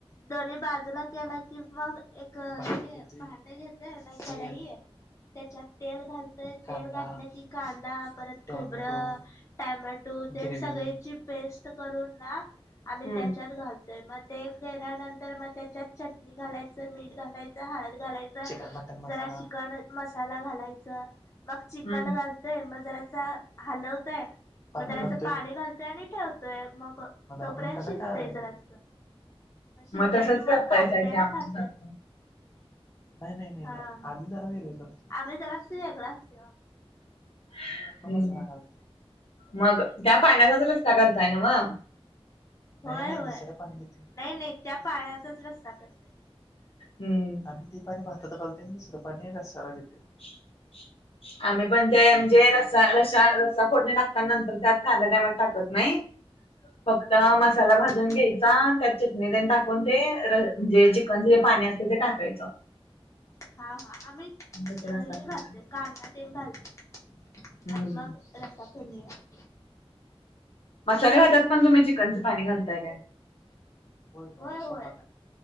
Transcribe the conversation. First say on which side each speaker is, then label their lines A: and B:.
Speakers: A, on the left; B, on the left.
A: दोन्ही बाजूला केलं की, मग एक हे भांड घेतोय नाही कडइ. तेच्यात तेल घालतोय, तेल घातलं की कांदा परत खोबरं. टोमॅटो ते सगळीची पेस्ट करून ना, आम्ही
B: हम्म
A: त्यांच्यात घालतोय मग. ते केल्यानंतर मग तेच्यात चट पाणी घालायचं, मीठ घालायचं, हळद घालायचं जरा चिकण मसाला घालायचं. मग चिकन
B: हम्म
A: घालतोय, मग जरास हलवतोय. मग जरासं
B: हम्म
A: पाणी घाल तय आणि ठेवतोय, मग तोपर्यंत शिजतय जरासं. मग शिजला
B: तसच
A: की, मग
B: करतायसा
A: काढतोय
B: की
A: आणि
B: आमच्यासारखं.
A: खातोय. नाही नाही नाही नाही, आम्ही जरा वेगळे करतो. आम्ही जरासं वेगळ असतोय ओ.
B: <inaudible>
A: मी वरण
B: हम्म
A: मसाला घालतोय.
B: मग त्या
A: हा
B: पाण्याचाच रस्सा करताय नवं.
A: होय होय, नाही नाही त्या पाण्याचाच रस्सा करतोय.
B: हम्म
A: आम्ही ते पाणी भातात घालतोय, आणि दुसरं पाणी रश्याला घेतोय बग.
B: <inaudible> आम्ही पण ते म्हणजे रस्सा रस्सा, रस्सा फोडणी टाकता नंतर त्यात कांदा टोमॅटो टाकत नाही. फक्त मसाला
A: हा
B: भाजून
A: हा
B: घ्याय चा त्यात चटणी टाकून ते म्हणजे, चिकनच जे पाणी असत ते टाकायचं.
A: हा हा, आम्ही हे
B: तसं रस्सा करतोय
A: घालतोय कांदा तेन घालतोय.
B: हम्म
A: आणि मग रसा फोडनीला.
B: मसाले भातात पण तुम्ही, चिकनचं पाणी घालताय काय.
A: होय होय,